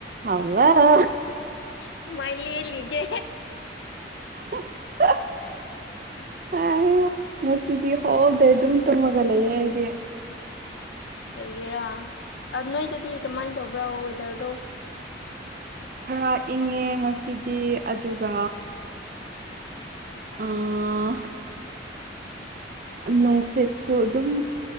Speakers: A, on the right; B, on the left.
A: ꯍꯧꯂꯣ
B: ꯀꯃꯥꯏ ꯂꯦꯜꯂꯤꯒꯦ
A: <inaudible>
B: <inaudible>
A: ꯑ ꯉꯁꯤꯗꯤ ꯍꯣꯜꯗꯦ ꯗꯨꯝ ꯇꯨꯝꯃꯒ ꯂꯩꯌꯦ ꯑꯩꯗꯤ
B: ꯀꯩꯒꯤꯔꯥ ꯑ ꯅꯣꯏꯗꯗꯤ ꯀꯃꯥꯏꯅ ꯇꯧꯕ꯭ꯔꯥ ꯋꯦꯗꯔꯗꯣ
A: ꯈꯔ ꯏꯪꯉꯦ ꯉꯁꯤꯗꯤ ꯑꯗꯨꯒ ꯑꯥ
B: <inaudible>
A: ꯑ ꯅꯨꯡꯁꯤꯠꯁꯨ ꯑꯗꯨꯝ